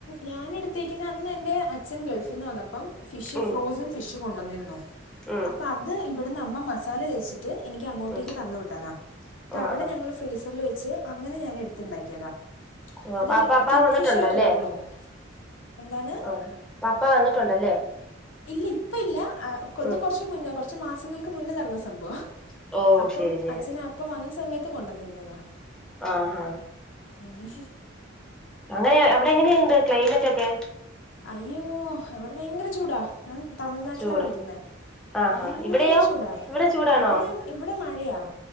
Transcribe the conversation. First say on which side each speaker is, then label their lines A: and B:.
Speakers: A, on the left; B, in the centre.
A: ഞാന എടുത്തേക്ക് അന്ന് എൻന്റെ അച്ഛൻ ഗൾഫിൽന്ന് വന്നപ്പം ഫിഷ്
B: ഉം
A: ഫ്രോസൺ ഫിഷ് കൊണ്ടു വന്നിരുന്നു
B: ഉം
A: അപ്പൊ അത് ഇവിടുന്ന് അമ്മ മസാല തേച്ചിട്ട് എനിക്ക് അങ്ങോട്ടേക്ക്
B: ഉം
A: തന്ന് വിട്ടതാ എന്നിട്ട്
B: ആ
A: അവിടെ
B: ആ
A: ഞങ്ങൾ ഫ്രീ വെച്ച് അങ്ങനെ ഞാൻ എടുത്തുണ്ടാക്കിയതാ
B: ഓ
A: അത്
B: പാപ്പാ അപ്പാ
A: കിങ്
B: വന്നിട്ടുണ്ടല്ലേ
A: ഫിഷാ തോന്നുന്നു എന്താണ്
B: ആ പപ്പ വന്നിട്ടുണ്ടല്ലേ
A: ഇല്ല ഇപ്പ ഇല്ല ആഹ് കൊത്
B: ഉം
A: കുറച്ച് മുന്നേ കുറച്ച് കുറച്ചു മാസങ്ങൾക്ക് മുന്നേ നടന്ന സംഭവം
B: ഓ
A: അപ്പം
B: ശരി ശരി
A: അച്ഛനെ അപ്പം വന്ന സമയത്ത് കൊണ്ടന്നിരുന്നു എന്നത
B: ആഹ് ആഹ്
A: ആഹ്
B: അത് അവിടെ എങ്ങനെയുണ്ട് ക്ലൈമറ്റ് ഒക്കെ
A: അയ്യോ അവിടെ ഭയങ്കര ചൂടാ ഞാൻ തമിഴ്നാട്ടിലാണ്
B: ചൂട്
A: പഠിക്കുന്നത്
B: ആ
A: ഭയങ്കര
B: ആ ഇവിടെയോ
A: ചൂടാ
B: ഇവിടെ ചൂടാണോ
A: ഇവിടെയും ഇവിടെ മഴയാാണ്